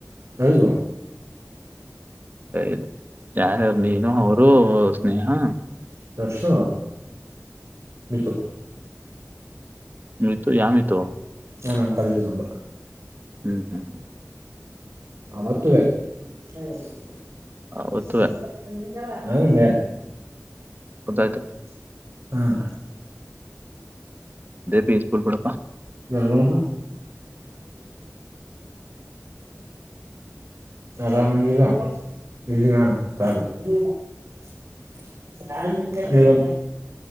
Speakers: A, on the right; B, on the right.
A: ಐದು
B: ಐದು ಯಾರ ಯಾರು ನೀನು ಅವರು ಸ್ನೇಹಾ
A: ತರ್ಸು ಮಿತು
B: ಮಿತು ಯಾವ್ ಮಿತು
A: ಹ್ಮ್ ನಮ್ ಕಾಲೇಜ್ ಇಂದಾ
B: ಹ್ಮ್ ಹ್ಮ್ ಹ್ಮ
A: ಆವತ್ತುವೇ <unintelligible>
B: ಅವತ್ತುವೆ
A: ಊಟಕ್ಕ ಬನ್ನಿ ಎನ್ ಮೇ
B: ಗೊತ್ತಾಯ್ತು
A: <inaudible> ಹ್ಮ
B: ಪೇಸ್ಪುರ್ ಪಡಪ್ಪಾ
A: <inaudible> <inaudible> ಆರಾಮ ಅದೆಲ್ಲಾ <inaudible> <unintelligible> ಹ ಈಗ <unintelligible>